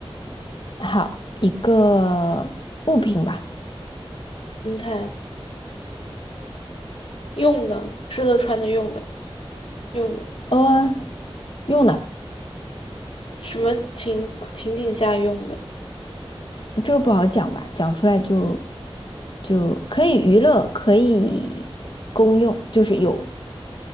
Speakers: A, on the left (about 55°); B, on the left (about 70°).
A: 好，一个物品吧，
B: 你看，用的、吃的、穿的、用的、用的，
A: 呃，用的，
B: 什么情情景下用的？
A: 这个不好讲吧，讲出来就就可以娱乐，可以公用，就是有，